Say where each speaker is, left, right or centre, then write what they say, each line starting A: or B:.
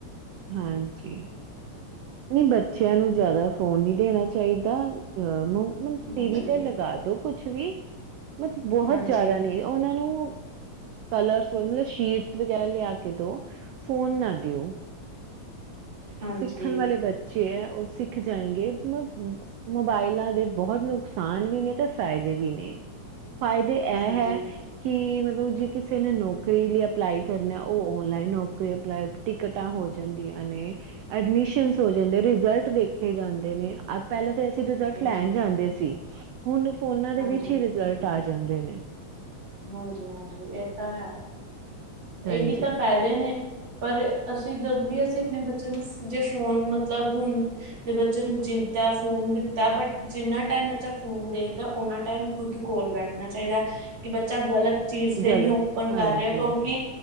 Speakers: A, on the right; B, on the right.
A: ਹਾਂਜੀ। ਨਈ ਬੱਚਿਆਂ ਨੂੰ ਜਾਦਾ ਫੋਨ ਨਈ ਦੇਣਾ ਚਾਹੀਦਾ ਅ ਕੇ ਮੂ। ਮਤ
B: ਹਾਂਜੀ
A: ਟੀਵੀ ਤੇ ਲਗਾ ਦੋ ਕੁਛ ਵੀ ਮਤਲਬ ਬਹੁਤ
B: ਹਾਂਜੀ
A: ਜ਼ਿਆਦਾ ਨੀ ਉਹਨਾਂ ਨੂੰ। ਕਲਰਸ ਮਤਲਬ ਸ਼ੀਟਸ ਵਗੈਰਾ ਲਿਆ ਕੇ ਦੋ ਫੋਨ ਨਾ ਦਿਓ।
B: ਹਾਂਜੀ
A: ਸਿੱਖਣ
B: ਹਾਂਜੀ
A: ਵਾਲੇ ਬੱਚੇ ਐ ਉਹ ਸਿੱਖ ਜਾਏਗੇ ਮ ਮੋਬਾਇਲਾਂ ਦੇ ਬੋਹਤ ਨੁਕਸਾਨ ਵੀ ਨੇ ਤੇ ਫ਼ਾਇਦੇ ਵੀ ਨੇ। ਫਾਇਦੇ
B: ਹਾਂਜੀ
A: ਐ ਹੈ ਕਿ ਮਤਲਬ ਜੇ ਕਿਸੇ ਨੇ ਨੌਕਰੀ ਲਈ ਅਪਲਾਈ ਕਰਨਾ ਉਹ ਓਨਲਾਈਨ ਨੌਕਰੀ ਅਪਲਾਈ ਟਿਕਟਾਂ ਹੋ ਜਾਂਦੀਆਂ ਨੇ ਐਡਮਿਸ਼ਨ ਹੋ ਜਾਂਦੇ ਰਿਜ਼ਲਟ ਦੇਖੇ ਜਾਂਦੇ ਨੇ। ਪੈਲਾਂ ਤਾਂ ਅਸੀਂ ਰਿਜਲਟ
B: ਹਾਂਜੀ
A: ਲੈਣ ਜਾਂਦੇ ਸੀ ਹੁਣ ਫੋਨਾ ਦੇ
B: ਹਾਂਜੀ
A: ਵਿੱਚ ਹੀ ਰਿਜਲਟ ਆ ਜਾਂਦੇ ਨੇ।
B: ਹਾਂਜੀਹਾਂਜੀ ਏ ਤਾਂ ਹੈ
A: ਹਾਂਜੀ
B: ਏਹੀ ਤਾਂ ਫੇ ਦੇ ਨੇ ਪਰ ਅਸੀਂ ਜਦ ਵੀ ਅਸੀਂ ਅਪਣੇ ਬੱਚੇ ਨੂੰ ਜੇ ਫੋਨ ਮਤਲਬ ਹੁਣ ਜੇ ਬੱਚੇ ਨੂੰ ਜਿੱਦਾ ਫੋਨ ਦਿੱਤਾ ਬਟ ਜਿੰਨਾ ਟਾਈਮ ਬੱਚਾ ਫੋਨ ਦੇਖਦਾ ਉਨਾ ਟਾਈਮ ਖੁਦ ਕੋਲ ਬੈਠਨਾ ਚਾਈਦਾ ਕਿ ਬੱਚਾ ਗਲਤ ਚੀਜ਼ ਤੇ
A: ਗਲਤ
B: ਨੀ ਓਪਨ
A: ਹਾਂਜੀ
B: ਕਰ ਰਿਆ ਕਿਉਂਕਿ